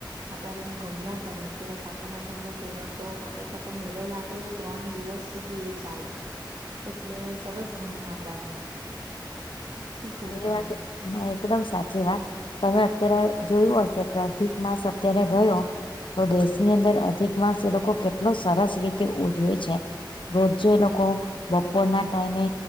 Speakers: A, on the right (about 60°); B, on the left (about 90°).
A: આપણાને એમ ગમ્યા કરે એમ તેમાં સાતમ આઠમ નો તહેવાર તો આપડા તો મેળો લાગેને ત્રણ દિવસ સુધી એ ચાલે એટલે સરસ ગમે આપડાને શું કેવું
B: હા
A: તમે
B: એ વાત ના એકદમ સાચી વાત તમે અત્યારે જોયું હશે કે અધિક માસ અત્યારે ગયો તો દેશની અંદર અધિક માસ એ લોકો કેટલો સરસ રીતે ઉજવે છે. રોજે એ લોકો બપોર ના ટાઈમે